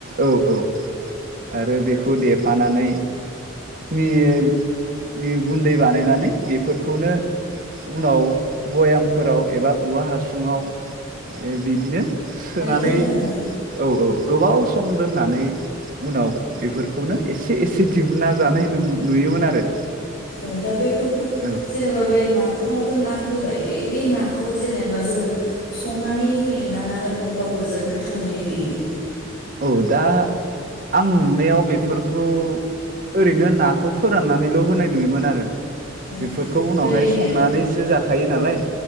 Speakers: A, on the right (about 45°); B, on the left (about 50°).
A: औ औ। आरो बेखौ देफानानै मि ओ गुन्दै बानायनानै बेफोर खौनो उनाव बयामफोराव एबा उवा हासुङाव बिदि बिदिनो सोनानै
B: दोनो आरोना
A: औ औ। गोबाव सम दोननानै उनाव बेफोरखौनो एसे एसे दिहुनना जानाय नुयोमोन आरो।
B: अ दा बेफोरखौ
A: औ
B: जेनेबा बे नाफामावथ' ना होबाय बे बे नाखौ जेनेबा जोङो संनानै होयो ना ना ओरैनो गाव गोजा गोथाङैनो देयो?
A: औ दा आं नुनायाव बेफोरखौ ओरैनो नाखौ फोराननानैल' होनाय नुयोमोन आरो।
B: अ
A: बेफोरखौ उनावहाय
B: ओरैनो
A: संनानैसो जाखायो नालाय।